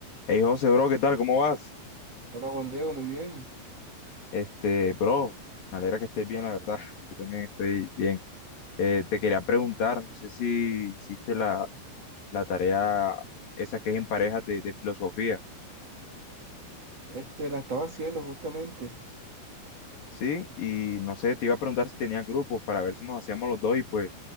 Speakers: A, on the left; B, on the right.
A: Hey José, bro, ¿qué tal? ¿Cómo vas?
B: Hola Juan Diego, muy bien.
A: Este, bro, me alegra que estés bien, la verdad. Yo también estoy bien. Eh, te quería preguntar, no sé si hiciste la, la tarea esa que es en parejas de, de filosofía,
B: Este, la estaba haciendo justamente.
A: ¿sí? Y no sé, te iba a preguntar si tenías grupos para ver si nos hacíamos los dos y pues